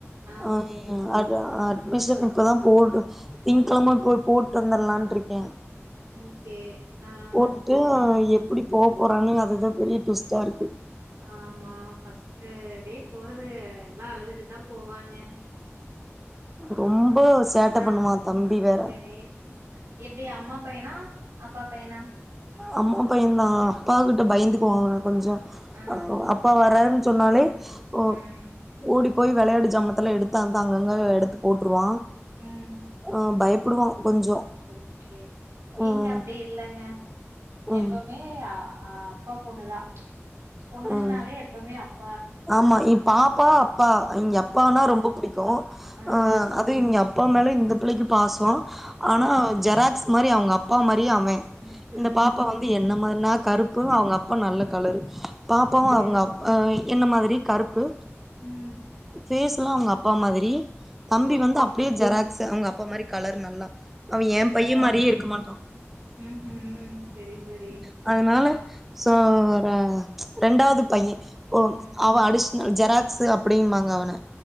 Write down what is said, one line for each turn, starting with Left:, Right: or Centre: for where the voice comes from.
Right: ஆ
Centre: அ
Right: ஓகே.
Centre: இ அ அ அட்மிஷன் இப்பதா போடு திங்கிழம போய் போட்டு வந்துரலான் இருக்கே
Right: ஓகே, ஆ
Centre: போட்டுட்டு
Right: செரி.
Centre: எப்டி போ போறான்னு அதுதா பெரிய ட்விஸ்ட்டா இருக்கு
Right: ஆமா ஃபர்ஸ்ட்டு டே போறது எல்லா அழுதுட்டுதா போவாங்க
Centre: ரொம்ப சேட்ட
Right: ஆ
Centre: பண்ணுவா தம்பி வேற
Right: சரி எப்டி அம்மா பையனா அப்பா பையனா
Centre: அம்மா பைய்யந்தா பாக்கட்டு பயந்துக்குவா அவ கொஞ்சோ
Right: ஆ
Centre: அப் அப்பா
Right: சரி
Centre: வராருன்னு சொன்னாலே
Right: ம்
Centre: ஒ
Right: ம்
Centre: ஓடி போயி வெளையாட்டு ஜாமாத்துலா எடுத்து அந்த அங்கங்க எடுத்து போட்ருவா
Right: ம்
Centre: ஆ பயப்புடுவா கொஞ்சோ
Right: ஓகே
Centre: ம்
Right: இங்க அப்டி இல்லங்க
Centre: ம்
Right: எப்போமே மே ஆ ஆ அப்பா பொண்ணுதா பொண்ணுங்கனாலே
Centre: ம்
Right: எப்பவுமே அப்
Centre: ஆமா என் பாப்பா அப்பா அவிங்க அப்பானா
Right: ம்
Centre: ரொம்ப பிடிக்கு
Right: ம்
Centre: அ அது இவங்க அப் அப்பா மேலே இந்த பிள்ளைக்கு பாச
Right: ம்
Centre: ஆனா ஜெராக்ஸ் மாறி அவங்க அப்பா மாறியே அவன்
Right: ம் ம்
Centre: இந்த பாப்பா வந்து என்ன மாறி நா கருப்பு அவங்க அப்பா நல்ல கலரு பாப்பாவு
Right: ஓகே
Centre: அவங்க அப் அ என்ன மாதிரி கருப்பு
Right: ம்
Centre: ஃபேஸ்லா அவங்க அப்பா மாதிரி தம்பி
Right: ஓகே
Centre: வந்து அப்படியே ஜெராக்ஸ்ஸு அவங்க அப்பா மாறி கலர் நல்லா அவன் என் பைய்ய மாறியே இருக்க மாட்டான்
Right: ம்ம்சரி சரி
Centre: ஓ அதனால சோ ரா ரெண்டாவது பையன் ஓ
Right: ம்
Centre: அவ அடிஷ்னல் ஜெராக்ஸ்ஸு அப்படிம்பாங்க அவன